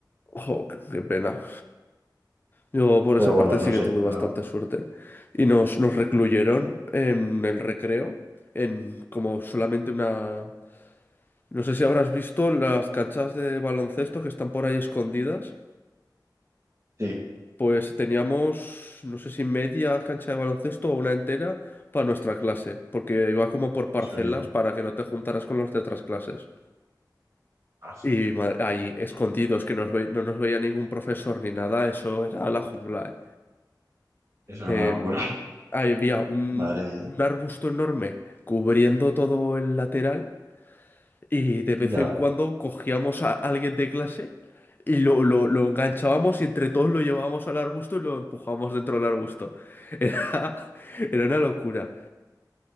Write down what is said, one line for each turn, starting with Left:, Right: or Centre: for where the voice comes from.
Left: Ojo, qué qué pena. Yo por
Right: Pero
Left: esa
Right: bueno,
Left: parte
Right: no
Left: sí que
Right: sé,
Left: tuve bastante
Right: la-
Left: suerte. Y nos, nos recluyeron en el recreo, en como solamente una... No sé si habrás visto las canchas de baloncesto que están por ahí escondidas.
Right: sí, en
Left: Pues teníamos, no sé si media cancha de baloncesto o una entera para nuestra clase, porque iba como por parcelas
Right: serio,
Left: para que no te juntaras con los de otras clases.
Right: esa
Left: Y ma- ahí escondidos, que nos ve- no nos veía ningún profesor ni nada, eso era la jungla, ¿eh?
Right: es una
Left: eh,
Right: locura,
Left: había un,
Right: <laughs> madre mía.
Left: un arbusto enorme cubriendo todo el lateral y de vez
Right: Ya.
Left: en cuando cogíamos a alguien de clase y lo, lo, lo enganchábamos y entre todos lo llevábamos al arbusto y lo empujábamos dentro del arbusto. Era, <laughs> era una locura.